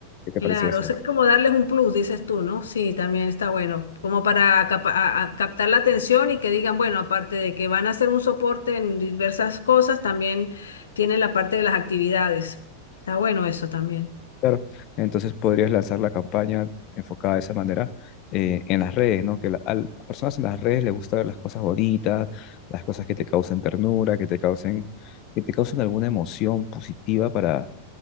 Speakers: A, on the left; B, on the left.
A: ¿Qué te
B: Claro,
A: parece eso?
B: o sea, es como darles un plus, dices tú, ¿no? Sí, también está bueno, como para capa- a- a captar la atención y que digan, bueno, aparte de que van a hacer un soporte en diversas cosas, también tienen la parte de las actividades. Está bueno eso también.
A: Claro, entonces podrías lanzar la campaña enfocada de esa manera eh, en las redes, ¿no? Que la- a las personas en las redes les gusta ver las cosas bonitas, las cosas que te causen ternura, que te causen, que te causen alguna emoción positiva para